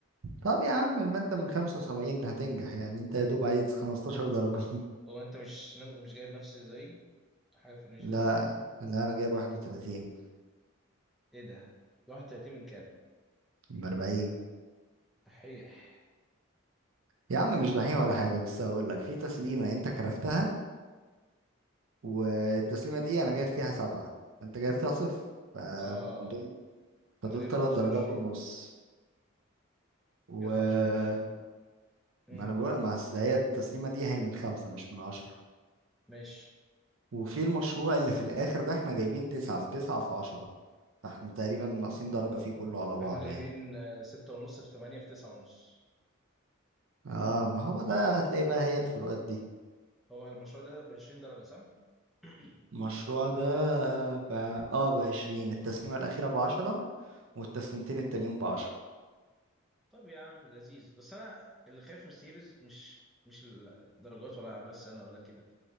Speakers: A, on the right; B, in the centre.
A: طب يا عم المادة من 75 هتنجح يعني انت يا دوب عايز 15 درجة <laughs>
B: هو انت مش مش جايب نفسي زي حاجه في الرينج
A: لا
B: ده
A: لا انا جايب 31
B: ايه ده 31 من كام
A: من 40
B: تحيح
A: يا عم مش دحيح ولا حاجة بس هقول لك في تسليمة انت كرفتها والتسليمة دي انا جايب فيها سبعة انت جايب فيها صفر فدول
B: اه
A: فدول
B: انا جايب
A: تلات
B: 25
A: درجات ونص و
B: جايب 25 امم
A: ما انا بقول ما اصل هي التسليمة دي هي من خمسة مش من عشرة
B: ماشي
A: وفي المشروع اللي في الاخر ده احنا جايبين تسعة في تسعة في عشرة فاحنا تقريبا ناقصين درجة فيه كله على بعضه
B: احنا جايبين
A: يعني
B: آه، ستة ونص في 8 في 9 ونص
A: اه ما هو ده هتلاقي بقى هي الفروقات دي
B: هو المشروع ده ب 20 درجة صح؟ <clears throat>
A: المشروع ده ب... اه بعشرين التسليمة الأخيرة بعشرة والتسليمتين التانيين بعشرة
B: طب يا عم لذيذ بس انا اللي خايف من السيريز مش مش الدرجات ولا اعمال السنه ولا كده